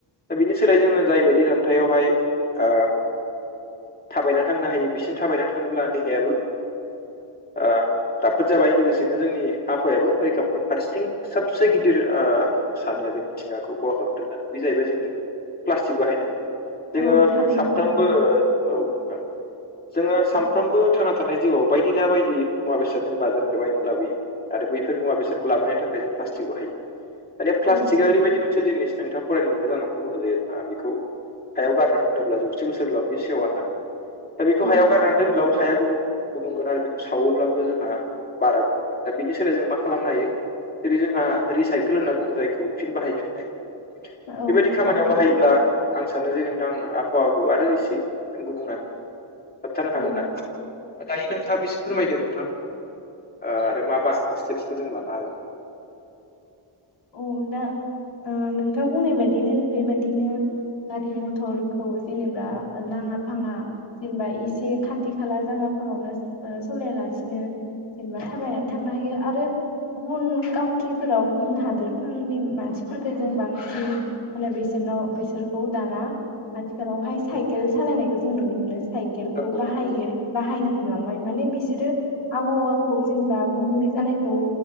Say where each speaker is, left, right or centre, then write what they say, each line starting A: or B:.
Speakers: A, on the left; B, on the left.
A: दा बिनि सोलायै जोङो जायबायदि जानथायावहाय ओ थाबायना थांनो हायो बिसिनि थाबायना थाङोब्ला देहायाबो ओ राफोद जाबाय लोगोसेनो जोंनि आ आबहावायाबो रैखा मोनबाय फारसेथिं सबसे गिदिर ओ सानो जों मिथिंगाखौ खहा खालामदों होननानै बे जाहैबाय जोंनि प्लास्टिक बाहायनाय जोंङो
B: औ थारैनो
A: सामफ्रोमबो
B: नोंथां
A: औ नोंथां जोंङो सानफ्रोमबो
B: औ
A: थांना थानाय जिउआव बायदि ना बायदि मुवा बेसाद जों बाजारखौ बायनानै लाबोयो आरो बैफोर मुवा बेसादखौ लाबोनो थाखाय जों प्लास्टिक बाहायो। दानिया प्लास्टिकआ
B: औ
A: ओरैबायदि मोनसे जिनिस नोंथाङा फरायनो मोनदों जानांगौ‌। जे जोंहा बेखौ हायाव गारनानै होनोब्ला जौसे बोसोर बाहों से सेवा दा बेखौफ
B: औ
A: गाय दा दोनब्लाबो हाया गुबु गुबगोन आरो बेखौ सावोब्लाबो जोंहा। बारा गुबुंगोन दा बिनि सोलाय जों मा खालामनो हायो। जेरै- जोंहा रिसाइकेल होन बुंङो जायखौ फिन बाहायफिननाय
B: औ
A: बेबायदि खामानियाव
B: थारैनो
A: बाहायोब्ला आं सानो जे नोंथां आबहावाखौ आरो इसे गुबुंना होबथानो
B: औ
A: हागोन होननानै दायो नोंथाङाबो एसे फोरमायदों नोंथां ओ आरो माबा स्टेप्सफोर जों लानो हागोन।
B: औ दा ओ नोंथां बुंनाय बायदिनो बेबादिनो गारि मथरखौ जेनेबा नाङा फाङा जेनेबा एसे खाथि खाला जायगाफोरावनो सलायालासिनो जेनेबा थाबायनानै थांनो हायो आरो गुबुन काउट्रिफोराव गुबुन हाद हादोरफोरनि मानसिफोरफोरखौ जों बांसिन माने बिसोरनाव बिसोरखौ दाना आथिखालावहाय साइकेल सालायनायखौ जों नुनो मोनो साइकेलखौ
A: औ
B: बाहायो
A: नंगौ
B: बाहायनो हमलांबाय माने बिसोरो आबहावाखौ जेनेबा गुबुंले जानायखौ